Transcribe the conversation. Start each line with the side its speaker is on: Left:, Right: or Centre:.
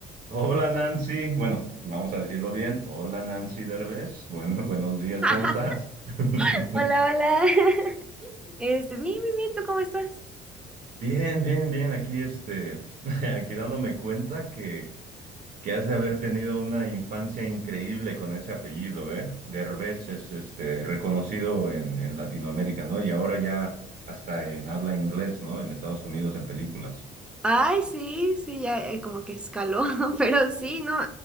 Right: Hola Nancy, bueno, vamos a decirlo bien. Hola Nancy Derbez, <laughs> bueno, buenos días,
Centre: <laughs>
Right: ¿cómo estás? <laughs>
Centre: Hola, hola. <laughs> Este, bien, bien, bien, ¿tú cómo estás?
Right: Bien, bien, bien, aquí este, <laughs> aquí dándome cuenta que, que has de haber tenido una infancia increíble con ese apellido, ¿eh? Derbez es este, reconocido en, en Latinoamérica, ¿no? Y ahora ya hasta en habla inglés, ¿no? En Estados Unidos, en películas.
Centre: Ay, sí, sí, ya eh, como que escaló, <laughs> pero sí, no,